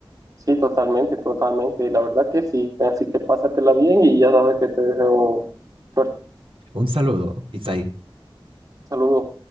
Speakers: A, on the right (about 40°); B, on the right (about 75°).
A: Sí, totalmente, totalmente. La verdad que sí. Así que pásatela bien y ya sabes que te deseo suerte.
B: Un saludo, Isaí.
A: Saludos.